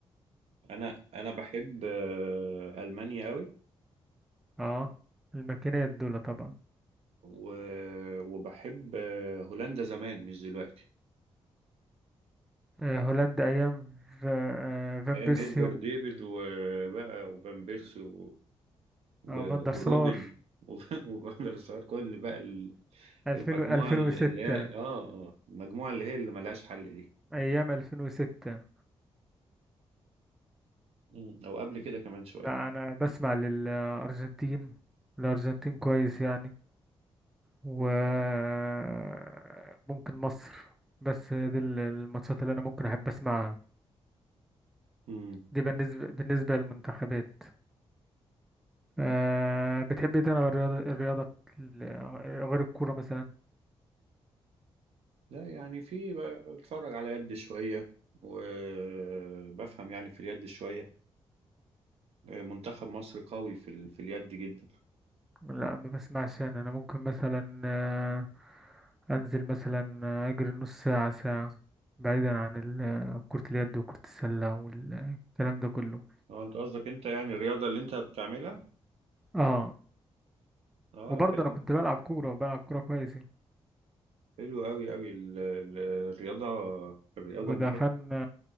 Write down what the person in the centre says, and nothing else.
اه الماكينات دول طبعا
آه، هولندا ايام ف- آه، فان
بيرسي
و-
آه، فان دير
سار
2000
2006
ايام 2006
لا انا بسمع للارجنتين الارجنتين كويس يعني وممكن مصر بس هي دي ال- الماتشات اللي انا ممكن احب اسمعها
دي بالنسبة بالنسبة للمنتخبات أه بتحب ايه تاني غير الرياضة الرياضة بت- ال- غير الكورة مثلا
لا ما بسمعش انا انا ممكن مثلا آه، انزل مثلا آه، اجري نص ساعة ساعة بعيدا عن ال- كرة اليد وكرة السلة والكلام ده كله
اه
وبرضه
انا كنت بلعب كورة وبلعب كورة كويس يعني.
ودخلنا